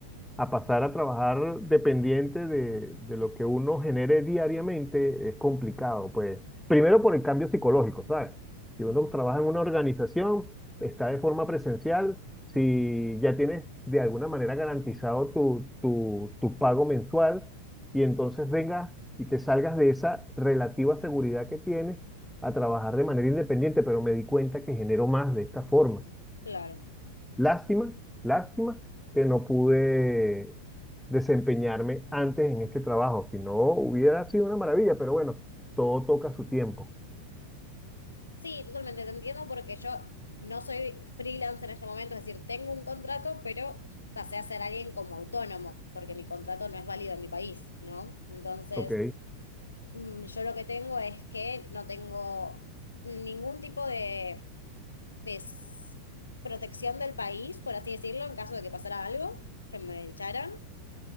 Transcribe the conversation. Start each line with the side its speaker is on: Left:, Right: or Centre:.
Centre: a pasar a trabajar dependiente de, de lo que uno genere diariamente es complicado, pues. Primero por el cambio psicológico, ¿sabes? Si uno trabaja en una organización, está de forma presencial, si ya tienes de alguna manera garantizado tu, tu, tu pago mensual, y entonces vengas y te salgas de esa relativa seguridad que tienes a trabajar de manera independiente, pero me di cuenta que genero más de esta forma.
Left: Claro.
Centre: Lástima, lástima que no pude desempeñarme antes en este trabajo, si no hubiera sido una maravilla, pero bueno, todo toca su tiempo,
Left: Sí, totalmente, te entiendo porque yo no soy freelance en este momento, es decir, tengo un contrato, pero pasé a ser alguien como autónomo, porque mi contrato no es válido en mi país, ¿no? Entonces,
Centre: ¿ok?
Left: mm, yo lo que tengo es que no tengo ningún tipo de, de s- protección del país, por así decirlo, en caso de que pasara algo, que me echaran.